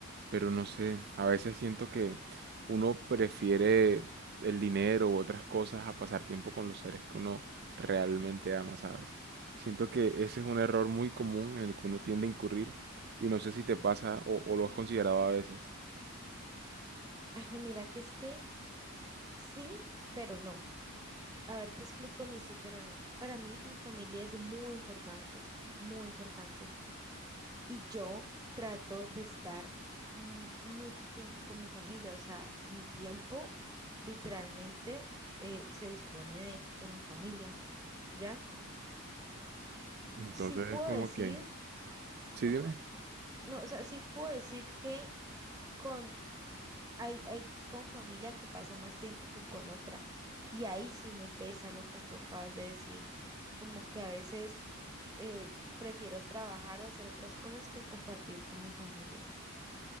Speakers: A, on the right; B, on the right.
A: Pero no sé, a veces siento que uno prefiere el dinero u otras cosas a pasar tiempo con los seres que uno realmente ama, ¿sabes? Siento que ese es un error muy común en el que uno tiende a incurrir y no sé si te pasa o, o lo has considerado a veces.
B: <laughs> Ajá, Mira que es que sí, pero no. A ver, te explico mi sí, pero no. Para mí, mi familia es muy importante, muy importante. Y yo trato de estar mu- mucho tiempo con mi familia. O sea, mi tiempo literalmente eh, se dispone de, de mi familia, ¿ya?
A: Entonces
B: sí puedo
A: es como
B: decir,
A: que, sí,
B: Ajá.
A: dime.
B: no, o sea, sí puedo decir que con, hay, hay con familia que paso más tiempo que con otra. Y ahí sí me pesa lo que tú acabas de decir. Como que a veces eh, prefiero trabajar o hacer otras cosas que compartir con mi familia.